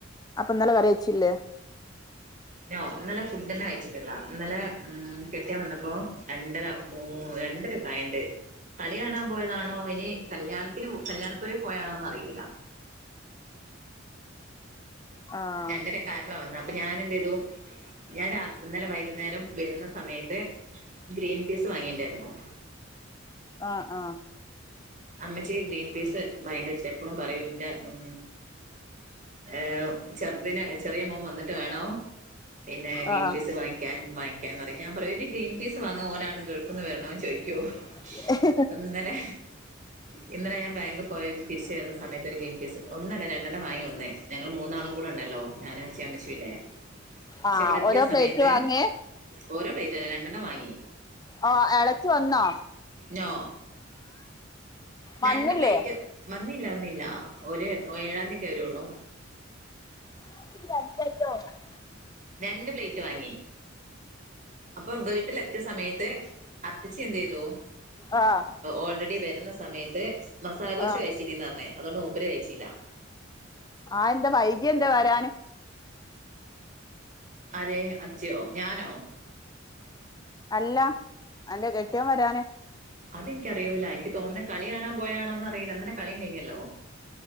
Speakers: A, on the left (about 20°); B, on the right (about 40°).
A: അപ്പൊ ഇന്നലെ കറി വേച്ചില്ലേ?
B: നോ. ഇന്നലെ ഫുഡന്നെ കയിച്ചിട്ടില്ല ഇന്നലെ ഉം കെട്ടിയോൻ വന്നപ്പോ രണ്ടര മൂ രണ്ടര കണ്ട് കളി കാണാൻ പോയതാണോ ഇനി കല്യാണത്തിന് കല്യാണപ്പുരെ പോയതാണോ അറീല
A: ആഹ്
B: രണ്ടരക്കായ വന്ന അപ്പൊ ഞാൻ എന്ത് ചെയ്തു ഞാൻ രാ ഇന്നലെ വൈകുന്നേരം വരുന്ന സമയത്ത് ഗ്രീൻ പീസ് വാങ്ങിയിണ്ടായിരുന്നു
A: ആഹ ആഹ
B: അമ്മച്ചി ഗ്രീൻ പീസ് ഭയങ്കര ഇഷ്ട എപ്പോളും പറയും എന്റെ ഉ ഏ് ചെറ്ദ്നെ ചെറിയ മോൻ വന്നിട്ട് വേണോ പിന്നെ ഗ്രീൻ
A: ആഹ്
B: പീസ് വാങ്ങിക്കാൻ വാങ്ങിക്കാന്ന് പറയും ഞാൻ പറയും ഒരു ഗ്രീൻ പീസ് വാങ്ങിക്കാൻ ഓാനടുന്ന് ഗൾഫിൽ നിന്ന് വരണോ ചോയികും
A: <unintelligible>
B: അപ്പൊ ഇന്നലെ ഇന്നലെ ഞാൻ ബാങ്ക് പോയ തിരിച്ച വരുന്ന സമയത്ത് ഒരു ഗ്രീൻപീസ് ഒന്നല്ല രണ്ടെണ്ണം വാങ്ങി വന്നേ, ഞങ്ങൾ മൂന്നാളും കൂടെ ഉണ്ടല്ലോ ഞാൻ അച്ചു അമ്മച്ചി ഇല്ലേ പക്ഷെ
A: ആഹ്
B: ഇവിടെ എത്തിയ
A: ഓരോ
B: സമയത്ത്
A: പ്ലേറ്റ് വാങ്ങിയേ
B: ഓരോ പ്ലേറ്റ് അല്ല രണ്ടെണ്ണം വാങ്ങി
A: ഓ എളച്ചി വന്നോ?
B: നോ രണ്ട്
A: വന്നില്ലേ
B: പ്ലേറ്റ് വന്നില്ല വന്നില്ല ഒരു ഏഴാം തിയൊക്കെ വരള്ളൂ
A: <unintelligible>
B: രണ്ട് പ്ലേറ്റ് വാങ്ങി അപ്പൊ വീട്ടിലെത്തിയ സമയത്ത് അത്തിച്ചി എന്ത് ചെയ്തു
A: ആഹ്
B: ഓൾറെഡി വരുന്ന സമയത്ത് മസാല ദോശ
A: ആഹ്
B: കഴിച്ച ചിനീന്നഅർഞ്ഞു അതൊണ്ട് മൂപ്പര് കഴിച്ചില്ല
A: ആ എന്താ വൈകി എന്താ വരാൻ
B: ആര് അച്ചയോ ഞാനോ
A: അല്ല അന്റെ കെട്ടിയോൻ വരാന്
B: അതെനിക്ക് അറിയൂല്ല എനിക്ക് തോന്നുന്നെ കളി കാണാ പോയാണോന്ന് അറിയില്ല ഇന്നലെ കളി ഉണ്ടായിനല്ലോ